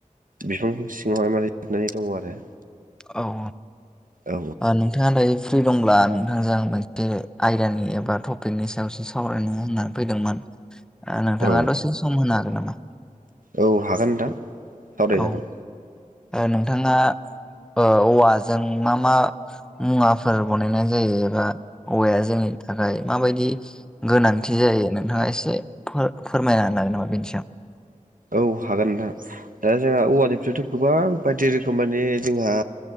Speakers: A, on the right; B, in the centre.
A: बिफां सिङावहाय मारै जिरायनानै दङ आरो
B: औ औ
A: औ
B: बारलि नोंथाङा दायो फ्रि दंब्ला नोंथांजों आं मोनसे आयदानि एबा टपिकनि सायावसो सावरायनो होननानै फैदोंमोन दा नोंथाङा
A: औ
B: दसे सम होनो हागोन नामा
A: औ हागोन नोंथां सावरायजागोन
B: औ नोंथाङा दा औवाजों मा मा मुवाफोर बनायनाय जायो एबा औवाया जोंनि थाखाय माबायदि गोनांथि जायो नोंथाङा एसे फोरमायनो हागोन नामा बेनि सायाव
A: औ हागोन नोंथां दा जोंहा औवानिफ्रायथ' गोबां बायदि रोखोम माने जोंहा